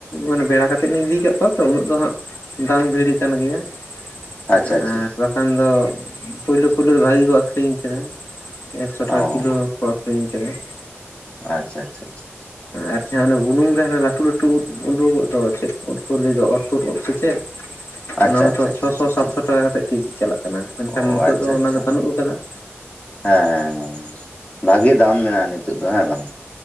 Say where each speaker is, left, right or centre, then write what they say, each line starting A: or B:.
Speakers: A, on the left (about 65°); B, on the left (about 30°).
A: ᱢᱟᱱᱮ ᱵᱮᱲᱟ ᱠᱟᱛᱮᱜ ᱞᱤᱧ ᱤᱫᱤ ᱠᱟᱜ ᱠᱚᱣᱟ ᱛᱚ ᱩᱱᱟᱹᱜ ᱫᱚ ᱦᱟᱸᱜ ᱵᱟᱝ ᱵᱷᱤᱲ ᱠᱟᱱ ᱜᱮᱭᱟ ᱾
B: ᱟᱪᱪᱷᱟ
A: ᱟᱨ
B: ᱟᱪᱪᱷᱟ
A: ᱵᱟᱠᱷᱟᱱ ᱫᱚ ᱯᱳᱭᱞᱳ ᱯᱳᱭᱞᱳ ᱫᱚ ᱵᱷᱟᱜᱤ ᱜᱮᱠᱚ ᱟᱠᱷᱨᱤᱧ ᱠᱟᱱᱟ᱾ ᱮᱠᱥᱚ
B: ᱚ
A: ᱴᱟᱠᱟ ᱠᱤᱞᱳ ᱦᱚᱸᱠᱚ ᱟᱠᱷᱨᱤᱧ ᱠᱟᱫᱟ ᱾
B: ᱟᱪᱪᱷᱟ ᱟᱪᱪᱷᱟ ᱪᱷᱟ ᱾
A: ᱟᱨ ᱪᱮᱫ ᱚᱱᱟ ᱵᱩᱱᱩᱢ ᱨᱮ ᱦᱟᱱᱟ ᱞᱟ ᱞᱟᱹᱴᱷᱩ ᱞᱟᱹᱴᱷᱩ ᱩᱫ ᱳᱰᱳᱜᱚᱜ ᱫᱚ ᱪᱮᱫ ᱩᱫ ᱠᱚ ᱞᱟᱹᱭ ᱫᱚ ᱚᱨᱛᱳᱫ ᱩᱫ ᱥᱮ ᱪᱮᱫ?
B: ᱟᱪᱪᱷᱟ
A: ᱚᱱᱟ ᱢᱟᱛᱚ
B: ᱟᱪᱪᱷᱟ ᱟᱪᱪᱷᱟ
A: ᱪᱷᱚᱥᱚ
B: ᱟᱪᱪᱷᱟ
A: ᱥᱟᱛᱥᱚ
B: ᱴᱷᱤᱠ
A: ᱴᱟᱠᱟ ᱠᱟᱛᱮᱫ ᱠᱮᱡᱤ ᱪᱟᱞᱟᱜ ᱠᱟᱱᱟ ᱾ ᱢᱮᱱᱠᱷᱟᱱ
B: ᱚ
A: ᱱᱤᱛᱚᱜ
B: ᱟᱪᱪᱷᱟ
A: ᱫᱚ
B: ᱟᱪᱪᱷᱟ
A: ᱚᱱᱟ ᱫᱚ ᱵᱟᱹᱱᱩᱜ ᱠᱟᱫᱟ ᱾
B: ᱦᱮᱸ ᱦᱮᱸ ᱦᱮᱸ ᱵᱷᱟᱜᱮ ᱫᱟᱢ ᱢᱮᱱᱟᱜᱼᱟ ᱱᱤᱛᱚᱜ ᱫᱚ ᱦᱮᱸ ᱵᱟᱝ